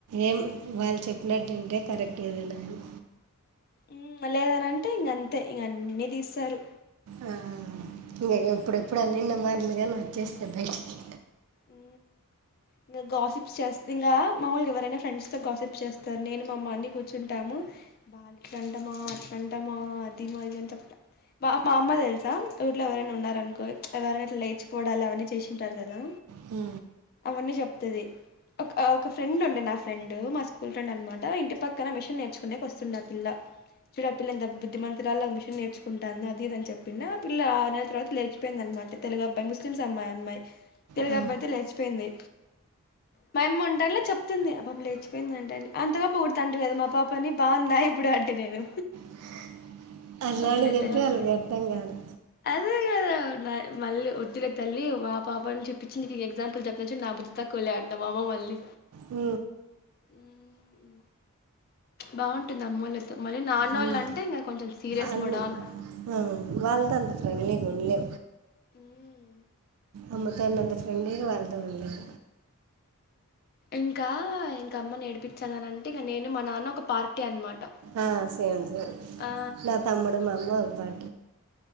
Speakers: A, on the right; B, on the left.
A: ఎమ్ వాళ్ళు చెప్పినట్టు వింటే కరెక్ట్ ఏదైనా గాని
B: ఉమ్ వాళ్ళు ఏదైనా అంటే ఇంగ అంతే ఇంగ అన్నీ తీస్తారు.
A: ఆ ఇంగ
B: ఉమ్
A: ఎప్పుడెప్పుడు అన్నిననా మాట్లుగాని వచ్చేస్తాయి బయిటికి.
B: ఉ ఇంగ గాసిప్స్ చేస్త ఇంగ మమూలుగా ఎవరైనా ఫ్రెండ్స్ తో గాసిప్స్ చేస్తారు, నేను మా అమ్మ అని కూర్చుంటాము. వాళ్ళు ఇట్లంట మా అట్లంట మా అది మా ఇది మా అని చెప్తా. మా మా అమ్మ తెలుసా ఊళ్లో ఎవరైనా ఉన్నారనుకో చ్ ఎవరైనా ఇట్లా లేచిపోడాలు అవన్నీ చేసింటారు గాదా.
A: హు
B: అవన్నీ చెప్తది ఒక ఆ ఒక ఫ్రెండ్ ఉండే నా ఫ్రెండు మా స్కూ స్కూల్ ఫ్రెండ్ అనమాట ఇంటి పక్కన మిషన్ నేర్చుకునే వస్తుండే ఆ పిల్ల, చూడు ఆ పిల్ల ఎంత బుద్ధిమంతురాలాగా మిష్ నేర్చుకుంటానంది అది ఇది అని చెప్పిండ్య ఆ పిల్ల ఆ నెల తర్వాత లేచిపోయిందనమాట తెలుగు అబ్బాయి ముస్లిమ్స్ అమ్మాయి ఆ అమ్మాయి. తెలుగు
A: ఆ.
B: అబ్బాయితో లేచిపోయింది మా అమ్మ ఉంటాన్లా చెప్తుంది ఆ పాప లేచిపోయింది అంట అని అంతగా పోగుడుతాంటివిగా మా ఆ పాప అని బాగుందా ఇప్పుడు అంటి నేను
A: <inaudible> అట్లాంటివి
B: వద్దులే
A: చెప్తే
B: తల్లి
A: వాళ్ళకి అర్థం కాదు
B: అదే కదా న మళ్ళీ వద్దులే తల్లి మా పాప ను చూపించి నీకు ఎగ్జామ్ పిలుచు కొచ్న్ నా బుద్ధి తక్కువలే అంట మా అమ్మ మళ్ళి
A: ఉ
B: ఉమ్ బాగుంటుంది అమ్మఒళ్ళతో మళ్ళీ నానోళ్ళు
A: ఉమ్.
B: అంటే ఇంకా కొంచెం సీరియస్
A: అన్-
B: మోడ్ ఆన్
A: ఆ, వాళ్ళతో అంత ఫ్రెండ్లీ ఉలే
B: ఉమ్మ్
A: అమ్మతోనుంత ఫ్రెంగా వాళ్ళతో ఉండలేం
B: ఇంకా ఇంక అమ్మనేడిపించాలని అంటే ఇంక నేను మా నాన్న ఒక పార్టీ అనమాట
A: ఆ సేం సే
B: ఆ
A: నా తమ్ముడు మామ్మ ఒక పార్టీ